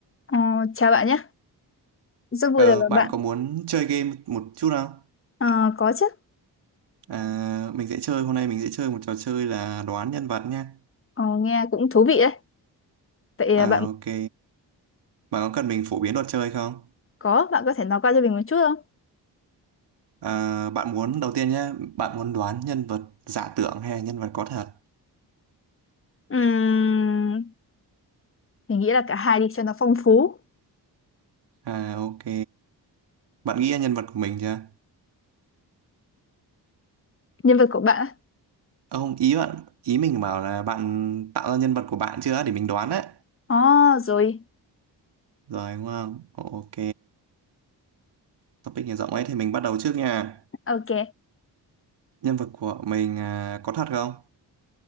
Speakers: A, on the left; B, on the right.
A: Ờ, chào bạn nhé, rất vui
B: Ờ,
A: được gặp
B: bạn
A: bạn.
B: có muốn chơi game một chút không?
A: Ờ, có chứ,
B: À, mình sẽ chơi hôm nay mình sẽ chơi một trò chơi là đoán nhân vật nha.
A: Ờ, nghe cũng thú vị đấy. Vậy
B: À,
A: à, bạn
B: ok. Bạn có cần mình phổ biến luật chơi không?
A: có, bạn có thể nói qua cho mình một chút không?
B: À, bạn muốn đầu tiên nhá, bạn muốn đoán nhân vật giả tưởng hay là nhân vật có thật?
A: Ừm, mình nghĩ là cả hai đi cho nó phong phú.
B: À, ok. Bạn nghĩ ra nhân vật của mình chưa?
A: Nhân vật của bạn á?
B: Ờ, Không, ý bạn ý mình bảo là bạn tạo ra nhân vật của bạn chưa để mình đoán đấy.
A: Ồ, rồi,
B: Rồi đúng không? Ok. Topic này rộng ấy thì mình bắt đầu trước nha.
A: ok,
B: Nhân vật của mình à, có thật không?